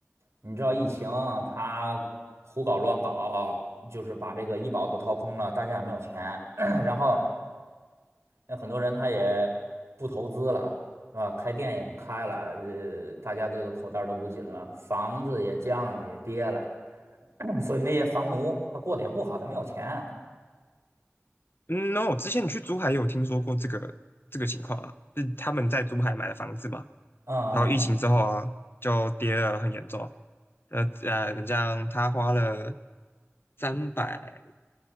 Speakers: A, on the right; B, on the left.
A: 你知道疫情啊它胡搞乱搞，就是把这个医保都掏空了，大家也没有钱，<coughs> <clears throat> 然后。那很多人他也不投资了，是吧？开店也不开了，呃，大家这个口袋儿都捂紧了，房子也降了，也跌了，<coughs> <clears throat> 所以那些房奴他过得也不好，他没有钱。
B: 嗯，那我之前你去珠海也有听说过这个这个情况啊，是他们在珠海买了房子嘛，
A: 嗯嗯，
B: 然后疫情之后啊，就跌了很严重。呃呃，你这样他花了三百